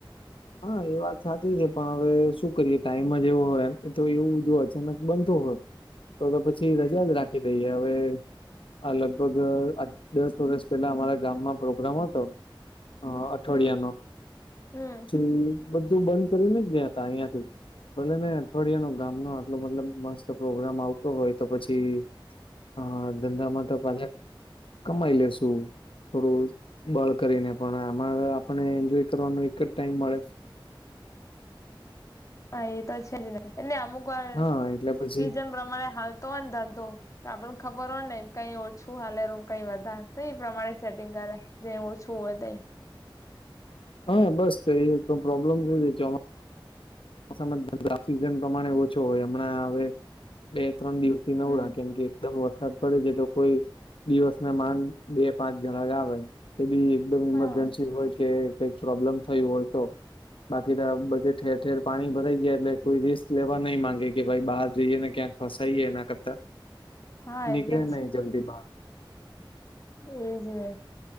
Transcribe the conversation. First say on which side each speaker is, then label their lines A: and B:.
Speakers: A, on the left (about 80°); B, on the left (about 35°).
A: હા એ વાત સાચી છે પણ હવે શું કરીએ ટાઈમમાં જ એવો હોય એમ તો એવું જો અચાનક બનતો હોય તો તો પછી રજા
B: હમ
A: જ રાખી દઈએ હવે આ લગભગ આ દસ વરસ પેલા અમારા ગામમાં પ્રોગ્રામ હતો હ અઠવારિયા
B: હમ
A: નો.
B: હમ.
A: દિલ્લી બધું બંધ કરીને ગયા તા અહિયાંથી. ભલે ને અઠવાડિયાનો ગામ નો આટલો મતલબ મસ્ત પ્રોગ્રામ આવતો હોય તો પછી હા ધંધામાં તો પાછા કમાઈ લેશુ. થોડું બળ કરીને પણ આમાં આપને એન્જોય કરવાનો એક જ ટાઈમ મળે.
B: હા એ તો છે જ ને એને અમુક વાર
A: હા એટલે પછી
B: સીઝન પ્રમાણે હાલતો હો ન ધંધો તો આપણ ખબર હોય ને કઈ ઓછું હાલેરું, કઈ વધા તો એ પ્રમાણે સેટિંગ કરે. જે ઓછું હોય તે.
A: હા બસ તો એ પ્રોબ્લેમ થઈ રે જમા જ સિઝન પ્રમાણે ઓછો હોય હમણાં હવે બે ત્રણ દિવસ થી નવરા
B: હમ
A: કેમ કે એકદમ વરસાદ પડે છે તો કોઈ દિવસના માન બે પાંચ જણા આવે તો બી એકદમ ઈમરજન્સી
B: હા
A: હોય કે કઈક પ્રોબ્લેમ થયું હોય તો બાકીના તા બધે ઠેર ઠેર પાણી ભરાઈ ગયા એટલે કોઈ રિસ્ક લેવા નહી માંગે. કે ભાઈ બહાર જઈએ ને ક્યાંક ફસાઈએ એના કરતા.
B: હા
A: નીકલે
B: એ તો
A: નહી જલ્દી બહાર.
B: તો ઇજ ને.